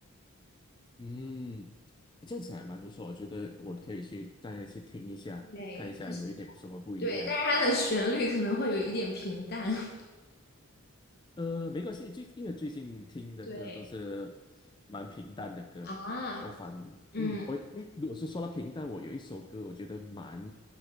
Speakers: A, on the left; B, on the left.
A: 嗯，这样子还蛮不错，我觉得我可以去大家去听一下，
B: 对，
A: 看一下有一点什么不一样。
B: 但是对，但是它的旋律可能会有一点平淡。<laughs>
A: 呃，没关系，最因为最近听的歌都是蛮平淡的歌，
B: 对啊，
A: 我反嗯，
B: 嗯
A: 我诶，如果是说到平淡，我有一首歌，我觉得蛮